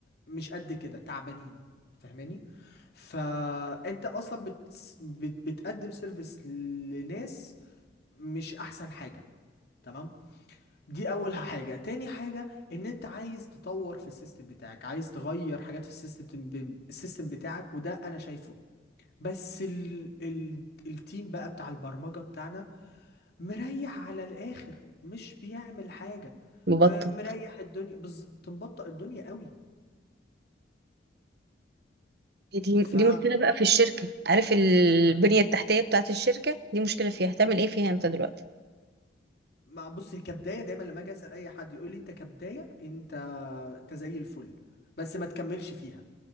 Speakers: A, on the left; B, on the right.
A: مش قد كده تعبانين فاهماني فانت اصلا بت... بت... بتقدم سيرفيس لناس مش احسن حاجة تمام دي اول حاجة تاني حاجة ان انت عايز تطور في السيستم بتاعك عايز تغير حاجات في السيستم ب... السيستم بتاعك وده انا شايفه بس ال... ال... التيم بقى بتاع البرمجة بتاعنا مريح على الاخر مش بيعمل حاجة
B: مبطط
A: أه، مريح الدنيا بالظبط مبطئ الدنيا قوي
B: دي
A: ف
B: دي مشكله بقى في الشركه عارف البنيه التحتيه بتاعه الشركه دي مشكله فيها هتعمل ايه فيها انت دلوقتي
A: ما بص هي كبدايه دايما لما اجي اسال اي حد يقول لي انت كبدايه انت انت زي الفل بس ما تكملش فيها